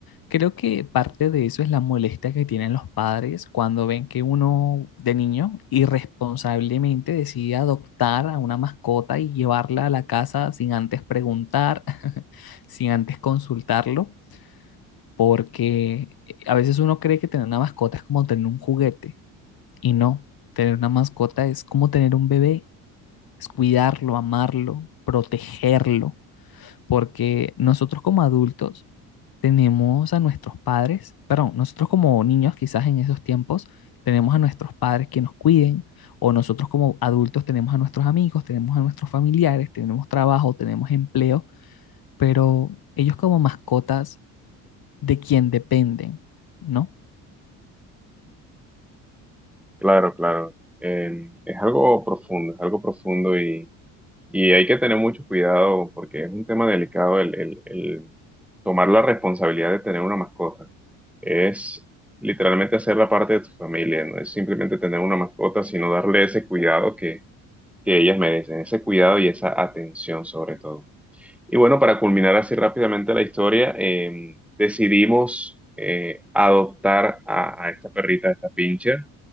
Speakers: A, on the left (about 55°); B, in the centre.
A: creo que parte de eso es la molestia que tienen los padres cuando ven que uno de niño irresponsablemente decide adoptar a una mascota y llevarla a la casa sin antes preguntar, <laughs> sin antes consultarlo. Porque eh, a veces uno cree que tener una mascota es como tener un juguete y no, tener una mascota es como tener un bebé, es cuidarlo, amarlo, protegerlo, porque nosotros como adultos tenemos a nuestros padres, perdón, nosotros como niños quizás en esos tiempos tenemos a nuestros padres que nos cuiden, o nosotros como adultos tenemos a nuestros amigos, tenemos a nuestros familiares, tenemos trabajo, tenemos empleo, pero ellos como mascotas de quien dependen, ¿no?
B: Claro, claro. Eh, es algo profundo, es algo profundo y, y hay que tener mucho cuidado porque es un tema delicado el, el- el tomar la responsabilidad de tener una mascota. Es literalmente hacerla parte de tu familia, no es simplemente tener una mascota, sino darle ese cuidado que, que ellas merecen, ese cuidado y esa atención sobre todo. Y bueno, para culminar así rápidamente la historia, eh, decidimos eh, adoptar a, a esta perrita, a esta pincher.